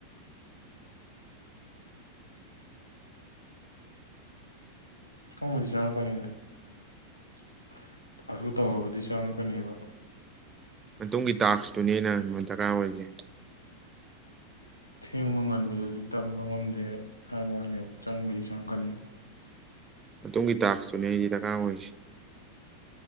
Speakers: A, on the left (about 80°); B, on the right (about 20°).
A: ꯆꯪꯕꯨꯗꯤ ꯆꯪꯉꯛꯀꯅꯤꯗꯁꯨ ꯇꯧꯔꯕꯗꯤ ꯆꯪꯉꯛꯀꯅꯦꯕ
B: ꯃꯇꯨꯡꯒꯤ ꯇꯥꯛꯁꯇꯨꯅꯦ ꯑꯩꯅ ꯗꯔꯀꯥꯔ ꯑꯣꯏꯁꯦ
A: ꯊꯦꯡꯕ ꯉꯟꯕꯗꯗꯤ ꯇꯝꯕ ꯉꯝꯗꯦ ꯍꯥꯏꯕ ꯋꯥꯅꯦꯕ ꯆꯪꯕꯒꯤ ꯆꯪꯀꯅꯦꯕ
B: ꯃꯇꯨꯡꯒꯤ ꯇꯥꯛꯁꯇꯨꯅꯦ ꯑꯩꯗꯤ ꯗꯔꯀꯥꯔ ꯑꯣꯏꯔꯤꯁꯦ